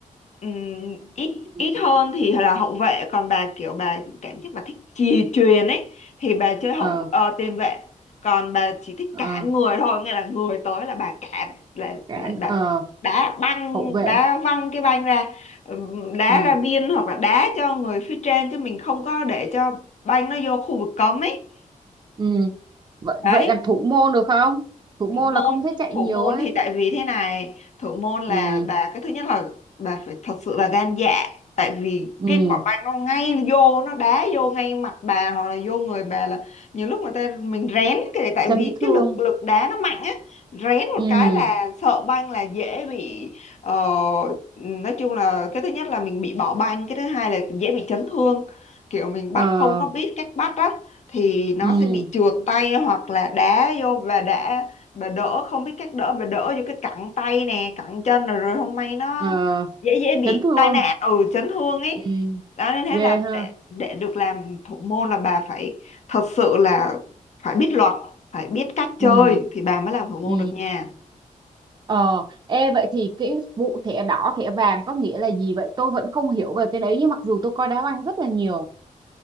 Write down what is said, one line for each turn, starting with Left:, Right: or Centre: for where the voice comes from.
Left: Ừm, ít
Right: ừ.
Left: ít hơn thì là hậu vệ còn bà kiểu bà cảm giác bà thích chì chuyền ấy thì bà chơi hậu
Right: ờ,
Left: ờ, tiền vệ còn bà chỉ thích
Right: ờ,
Left: cản người thôi nghĩa là người tới là bà cản là
Right: cản,
Left: là bà
Right: ờ,
Left: đá băng
Right: hậu vệ.
Left: đá văng cái banh ra ừm, đá
Right: Ừ,
Left: ra biên hoặc là đá cho người phía trên chứ mình không có để cho banh nó vô khu vực cấm ấy
Right: ừ. Vậy
Left: đấy
Right: vậy làm thủ môn được không? Thủ môn
Left: thủ môn
Right: là không thể chạy
Left: thủ
Right: nhiều
Left: môn
Right: ấy.
Left: thì tại vì thế này thủ môn là
Right: Ừ.
Left: bà cái thứ nhất là bà phải thật sự là gan dạ tại vì
Right: Ừ.
Left: cái quả banh nó ngay vô nó đá vô ngay mặt bà hoặc là vô người bà là nhiều lúc người ta mình rén cái tại
Right: chấn
Left: vì cái
Right: thương
Left: lực lực đá nó mạnh á rén một
Right: ừ
Left: cái là sợ banh là dễ bị ờ, nói chung là cái thứ nhất là mình bị bỏ banh cái thứ hai là dễ bị chấn thương kiểu mình
Right: ờ
Left: bắt không có biết cách bắt á thì nó
Right: ừ
Left: sẽ bị trượt tay hoặc là đá vô và đã bà đỡ không biết cách đỡ bà đỡ vô cái cẳng tay nè cẳng chân rồi rồi không may nó
Right: ờ
Left: dễ dễ bị
Right: chấn thương
Left: tai nạn ừ chấn thương ấy
Right: ừ
Left: đó nên thế
Right: ghê
Left: là
Right: ha
Left: để để được làm thủ môn là bà phải thật sự là phải biết luật phải biết cách chơi
Right: ừ
Left: thì bà mới làm thủ môn
Right: ừ
Left: được nha
Right: ờ ê vậy thì cái vụ thẻ đỏ thẻ vàng có nghĩa là gì vậy tôi vẫn không hiểu về cái đấy nhưng mặc dù tôi coi đá banh rất là nhiều